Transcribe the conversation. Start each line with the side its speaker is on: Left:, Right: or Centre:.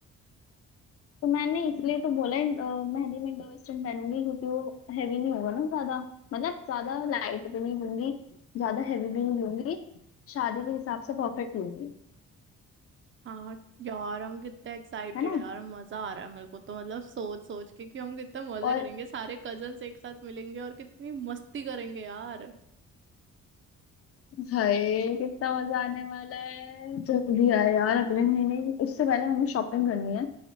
Left: तो मैंने इसलिए तो बोला इन- अ, मेहंदी में इंडो वेस्टर्न पहनूंगी क्योंकि वो हैवी नहीं होगा ना ज्यादा मतलब ज्यादा लाइट भी नहीं लूंगी ज्यादा हैवी भी नहीं लूंगी शादी के हिसाब से परफेक्ट लूंगी
Right: हाँ यार हम कितने एक्साइटेड
Left: है ना
Right: है यार मजा आ रहा है मेरे को तो मतलब सोच सोच के कि हम कितना मजा
Left: और
Right: करेंगे सारे कजन्स एक साथ मिलेंगे और कितनी मस्ती करेंगे यार
Left: हाय कितना मजा आने वाला है जल्दी आए यार अगले महीने ही। उससे पहले हमें शॉपिंग करनी है